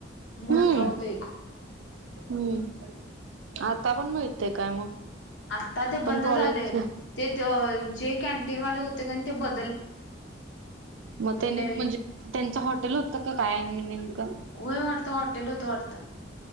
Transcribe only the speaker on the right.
हम्म
हम्म आता आपण मग येते काय मग
पण
कॉलेजच
मग त्यांनी
म्हणजे त्यांच हॉटेल होत का काय म नेमक